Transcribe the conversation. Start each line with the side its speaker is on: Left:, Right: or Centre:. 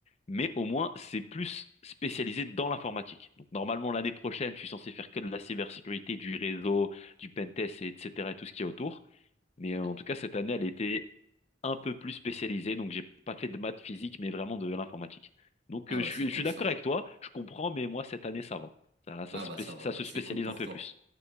Left: mais au moins, c'est plus spécialisé dans l'informatique. Donc, normalement, l'année prochaine, je suis censé faire que de la cybersécurité, du réseau, du pentest, et etc., et tout ce qu'il y a autour. Mais
Right: Ouais.
Left: euh, en tout cas, cette année, elle était un peu plus spécialisée. Donc, j'ai pas fait de maths physique, mais vraiment de l'informatique. Donc,
Right: Ah
Left: euh,
Right: bah,
Left: je suis,
Right: c'est cool
Left: je suis d'accord
Right: ça.
Left: avec toi, je comprends, mais moi, cette année, ça va. Ça, ça,
Right: Ah
Left: spé-
Right: bah, ça va,
Left: ça
Right: bah,
Left: se
Right: c'est
Left: spécialise
Right: cool pour
Left: un peu
Right: toi.
Left: plus.